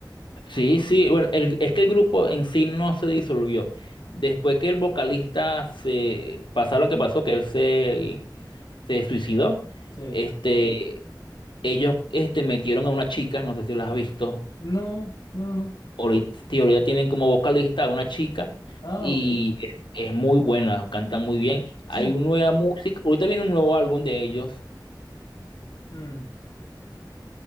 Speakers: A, on the left; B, on the left.
A: Sí, sí, bueno, el- es que el grupo en sí no se disolvió. Después que el vocalista se pasó lo que pasó, que él se,
B: Sí.
A: se suicidó,
B: Sí.
A: este, ellos este, metieron a una chica, no sé si lo has visto,
B: No, no, no, no.
A: ahorita, sí, ahorita tienen como vocalista a una chica
B: Ah,
A: y
B: ok.
A: es, es muy buena, canta muy bien. Hay
B: Sí.
A: una nueva música, ahorita viene un nuevo álbum de ellos.
B: Mm.